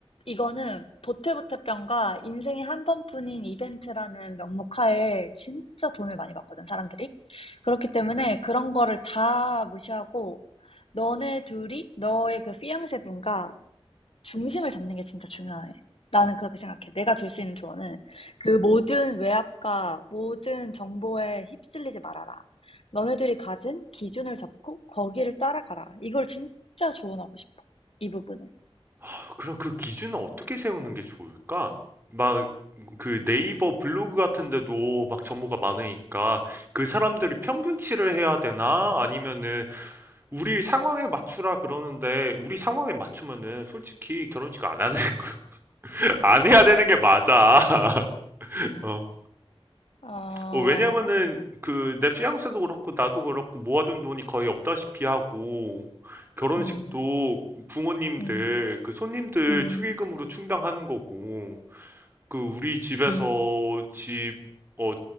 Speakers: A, on the left; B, on the right.
A: 이거는 보태보태병과 인생에 한 번뿐인 이벤트라는 명목하에 진짜 돈을 많이 받거든, 사람들이. 그렇기 때문에 그런 거를 다 무시하고 너네 둘이 너의 그 피앙세 분과 중심을 잡는 게 진짜 중요해. 나는 그렇게 생각해. 내가 줄 수 있는 조언은 그 모든 외압과 모든 정보에 휩쓸리지 말아라. 너네들이 가진 기준을 잡고 거기를 따라가라. 이걸 진짜 조언하고 싶어. 이 부분을.
B: 아, 그럼 그 기준은 어떻게 세우는 게 좋을까? 막, 그 네이버 블로그 같은 데도 막 정보가 많으니까 그 사람들이 평균치를 해야 되나? 아니면은 우리 상황에 맞추라 그러는데 우리 상황에 맞추면은 솔직히 결혼식 안 하는 <laughs> 안 해야 되는 게 맞아. <laughs> 어.
A: 아,
B: 어, 왜냐면은 그 내 피앙세도 그렇고 나도 그렇고 모아둔 돈이 거의 없다시피 하고 결혼식도
A: 음,
B: 부모님들
A: 음,
B: 그 손님들
A: 음,
B: 축의금으로 충당하는 거고 그 우리 집에서
A: 음,
B: 집, 어,